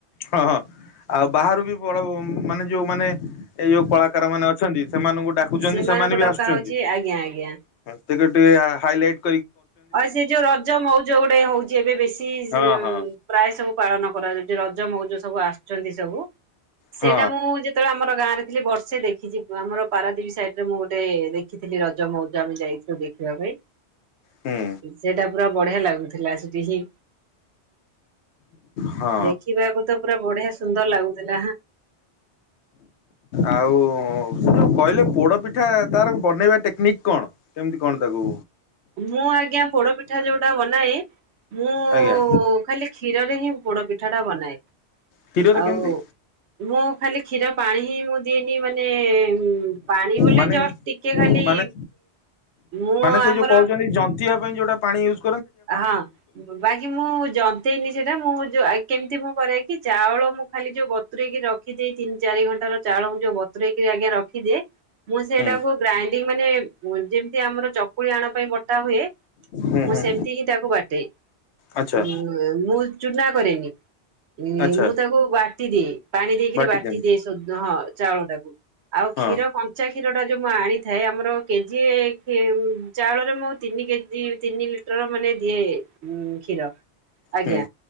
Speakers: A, on the left; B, on the right.
A: ହଁ ହଁ ଆଉ ବାହାରୁ ବି ବ ରଉଁ ମାନେ ଯୋଉ ମାନେ ଏଇ ଯୋଉ କଳାକାର ମାନେ ଅଛନ୍ତି ସେମାନଙ୍କୁ ଡାକୁଛନ୍ତି
B: ସେମାନଙ୍କୁ
A: ସେମାନେ ବି
B: ଡକା
A: ଆସୁଛନ୍ତି।
B: ହଉଛି ଆଜ୍ଞା ଆଜ୍ଞା।
A: ସେ ଟିକେ ହାଇଲାଇଟ୍।
B: ଆଉ ସେ ଯୋଉ ରଜ ମଉଜ ଗୋଟେ ହଉଛି ଏବେ ବେଶୀ ଉଁ
A: ହଁ ହଁ।
B: ପ୍ରାୟ ସବୁ ପାଳନ କରାଯାଉଛି ରଜ୍ ଜ ମଉଜ ସବୁ ଆସୁଛନ୍ତି ସବୁ। ସେଇଟା
A: ହଁ
B: ମୁଁ ଯେତେବେଳେ ଆମର ଗାଁ ଥିଲେ ବର୍ଷେ ଦେଖିଛି ଆମର ପାରାଦୀପ୍ ସାଇଡରେ ମୁଁ ଗୋଟେ ଦେଖିଥିଲି ରଜ ମଉଜମ ଯାଇଥିଲୁ ଦେଖିବା ପାଇଁ।
A: ହୁଁ
B: ସେଟା ପୁରା ବଢିଆ ଲାଗୁଥିଲା ସେଠି ହିଁ
A: ହଁ
B: ଦେଖିବାକୁ ତ ପୁରା ବଢିଆ ସୁନ୍ଦର ଲାଗୁଥିଲା।
A: ଆଉ କହିଲେ ପୋଡପିଠ୍ ଠା ତାର ବନେଇବା ଟେକ୍ନିକ କଣ କେମତି କଣ ତାକୁ
B: ମୁଁ ଆଜ୍ଞା ପୋଡ ପିଠା ଯୋଉଟା ବନାଏ। ମୁଁ
A: ଆଜ୍ଞା
B: ଖାଲି କ୍ଷୀରରେ ହିଁ ପୋଡ ପିଠାଟା ବନାଏ
A: କ୍ଷୀରରେ
B: ଆଉ
A: କେମିତି
B: ମୁଁ ଖାଲି କ୍ଷୀର ପାଣି ହିଁ ମୁଁ ଦିଏନି ମାନେ ପାଣି ବୋଲେ
A: ମାନେ
B: ଜଷ୍ଟ ଟିକେ ଖାଲି
A: ମାନେ
B: ମୁଁ
A: ସେ
B: ଆମର
A: ଯୋଉ ମାନେ ଜନ୍ତିବା ପାଇଁ ଯୋଉଟା ପାଣି ଇଉସ୍
B: ହଁ ବାକି ମୁଁ ଜନ୍ତେନି ସେଟା ମୁଁ ଯୋଉ ଆ କେମିତି ମୁଁ କରେ କି ଚାଉଳ ମୁଁ ଖାଲି ଯୋଉ ବତରେଇକି ରଖିଦି ତିନି ଚାରି ଘଣ୍ଟ ର ଚାଉଳ ମୁଁ ଯୋଉ ବତୁରରେକି ଆଜ୍ଞା ରଖିଦିଏ ମୁଁ ସେଇଟାକୁ
A: ହୁଁ
B: ଗ୍ରାଇଣ୍ଡିଙ୍ଗ ମାନେ ମୁଁ ଯେମିତି ଆମର ଚକୁଳି ଆଣ ପାଇଁ ବଟା ହୁଏ
A: ହୁଁ
B: ମୁଁ
A: ହୁଁ
B: ସେମତ୍ ତିକି ତାକୁ ବାଟେ
A: ଆଚ୍ଛା
B: ଉ ମୁଁ ଚୁନା କରେନି। ଉଁ
A: ଆଚ୍ଛା
B: ମୁଁ ତାକୁ ବାଟ୍ ଟି ଦେ ପାଣି ଦେଇକରି
A: ବାଟିଛନ୍ତି
B: ବାଟି ଦିଏ ସୁଦ୍ ହଁ ଚାଉଳ ଟାକୁ ଆଉ
A: ହଁ
B: କ୍ଷୀର କଞ୍ଚା କ୍ଷୀର ଟା ଯେ ମୁଁ ଆଣିଥାଏ ଆମର କେଜିଏ କେ ଚାଉଳରେ ମୁଁ ତିନି କେଜି ତିନି <unintelligible> ମାନେ ଦିଏ ଉଁ କ୍ଷୀର ଆଜ୍ଞା
A: ହୁଁ।